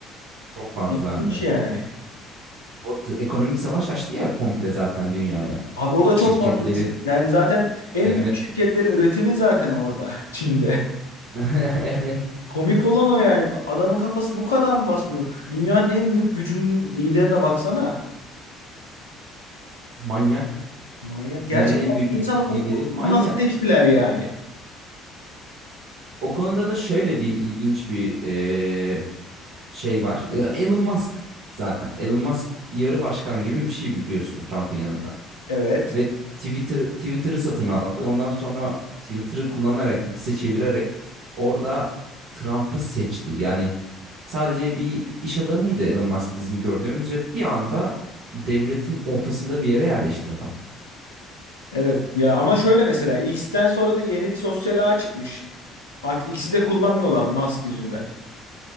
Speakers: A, on the right; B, on the left.
A: Çok fazla
B: İlginç
A: hem de.
B: yani.
A: O t- ekonomik savaş açtı ya komple zaten dünyaya.
B: Abi o da
A: Şirketlerin
B: çok mantıksız. Yani zaten en
A: evet.
B: büyük şirketlerin üretimi zaten orada. <laughs> Çin'de.
A: <laughs> Evet.
B: Komik olan o yani. Adamın kafası bu kadar mı basmıyor? Dünyanın en büyük gücünün liderine baksana.
A: Manyak.
B: Manyak. Gerçekten
A: Dünyanın en büyük
B: bir insanı
A: güc- lideri
B: bu, bu-
A: manyak.
B: bunu nasıl seçtiler yani?
A: O konuda da şöyle bir ilginç bir eee, şey var. E, Elon Musk zaten. Elon Musk yarı başkan gibi bir şey biliyorsun Trump'ın yanında.
B: Evet.
A: Ve Twitter Twitter'ı satın aldı. Ondan sonra Twitter'ı kullanarak X'e çevirerek orada Trump'ı seçti. Yani sadece bir iş adamıydı Elon Musk bizim gördüğümüz ve bir anda devletin ortasında bir yere yerleşti adam.
B: Evet. Ya ama şöyle mesela X'ten sonra da yeni bir sosyal ağ çıkmış. Artık X'i de kullanmıyorlar Musk yüzünden.